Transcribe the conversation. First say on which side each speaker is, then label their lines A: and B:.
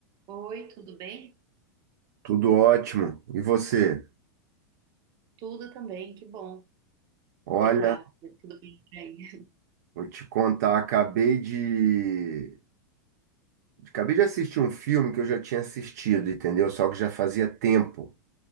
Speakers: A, on the right; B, on the right.
A: Oi, tudo bem?
B: Tudo ótimo. E você?
A: Tudo também, que bom
B: Olha,
A: que tá tudo bem por aí. <laughs>
B: vou te contar, acabei de... acabei de assistir um filme que eu já tinha assistido, entendeu? Só que já fazia tempo,